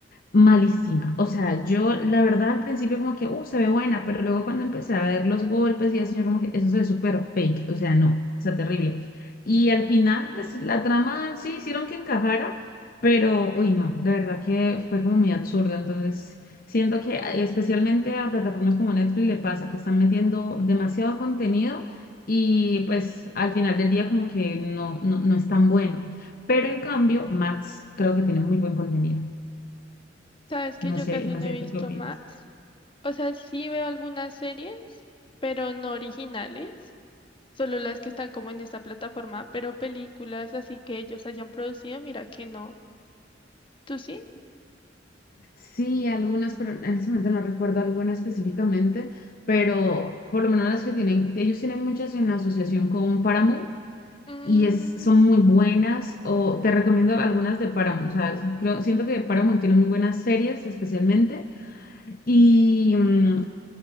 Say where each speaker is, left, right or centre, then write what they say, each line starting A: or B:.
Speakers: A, on the left (about 50°); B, on the left (about 30°).
A: malísima. O sea, yo la verdad al principio como que, uh, se ve buena, pero luego cuando empecé a ver los golpes y eso, yo como que eso se ve súper fake. O sea, no, está terrible. Y al final, pues la trama sí hicieron que encajara, pero, uy, no, de verdad que fue como muy absurdo. Entonces, siento que eh, especialmente a plataformas como Netflix le pasa que están metiendo demasiado contenido y pues al final del día como que no, no, no es tan bueno. Pero en cambio, Max creo que tiene muy buen contenido.
B: Sabes que
A: No
B: yo
A: sé,
B: casi
A: no
B: no
A: sé,
B: he visto
A: ¿tú qué opinas?
B: más. O sea, sí veo algunas series, pero no originales, solo las que están como en esta plataforma, pero películas así que ellos hayan producido, mira que no. ¿Tú sí?
A: Sí, algunas, pero en ese momento no recuerdo alguna específicamente, pero por lo menos las que tienen, ellos tienen muchas en asociación con Paramount
B: Mm,
A: y es, son muy buenas, o te recomiendo algunas de Paramount, o sea, es- creo- siento que Paramount tiene muy buenas series especialmente y mm,